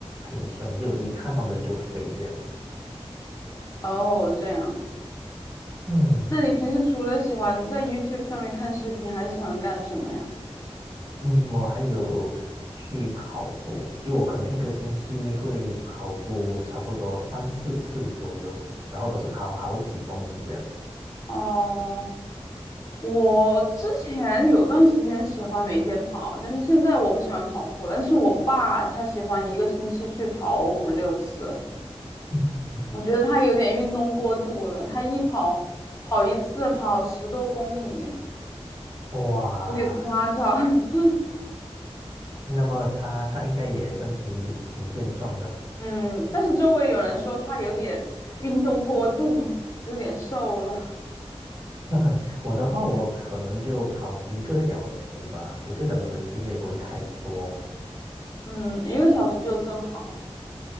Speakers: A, on the right (about 40°); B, on the left (about 30°).
A: 挺凶，就一看到人就飞这样子。
B: 哦，这样。
A: 嗯
B: 那你平时除了喜欢在 YouTube 上面看视频，还喜欢干什么呀？
A: 嗯，我还有去跑步，就我可能一个星期会跑步差不多三四次左右，然后都是跑好几公里这样子。
B: 哦，我之前有段时间喜欢每天跑，但是现在我不喜欢跑步了。但是我爸他喜欢一个星期去跑五六次，
A: 嗯
B: 我觉得他有点运动过度了。他一跑跑一次跑十多公里，
A: 哇，
B: 有点夸张。<laughs>
A: 那么它它应该也身体挺健壮的吧？
B: 嗯，但是周围有人说他有点运动过度，有点瘦了。
A: <laughs> 我的话，我可能就跑一个小时吧，一个小时其实也不会太多。
B: 嗯，一个小时就正好，